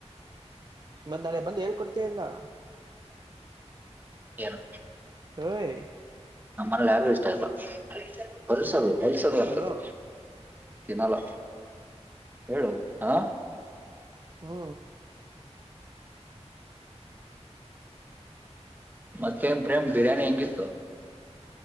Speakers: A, on the right; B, on the right.
A: ಏನು ನಾಳೆ ಬಂದು ಹೇಳ್ ಕೊಡ್ತಿಯೋ ಇಲ್ಲೊ.
B: ಏನು
A: ಓಯ್
B: ನಮ್ಮ ಮನೆಲಿ ಯಾರಿಗೂ ಇಷ್ಟ ಇಲ್ಲ ಹೊಲ್ಸೋದು ಹೊಲ್ಸೋದು ಬರ್ತದೆ
A: ಹಲೋ
B: ತಿನ್ನಲ್ಲ ಹೊ ಹ
A: ಹು
B: ಮತ್ತೆನ್ ಪ್ರೇಮ್ ಬಿರಿಯಾನಿ ಹೆಂಗಿತ್ತು.